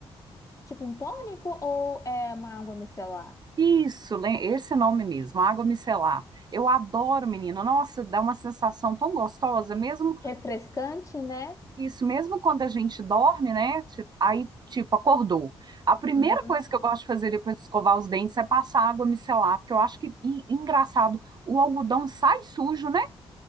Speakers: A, on the left (about 30°); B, on the right (about 40°).
A: Tipo um tônico ou é uma água micelar?
B: Isso, lem- esse nome mesmo, água micelar. Eu adoro, menina. Nossa, dá uma sensação tão gostosa, mesmo
A: Refrescante, né?
B: isso, mesmo quando a gente dorme, né? Ti- Aí, tipo, acordou. A primeira
A: Uhum.
B: coisa que eu gosto de fazer depois de escovar os dentes é passar água micelar, porque eu acho que, e- engraçado, o algodão sai sujo, né?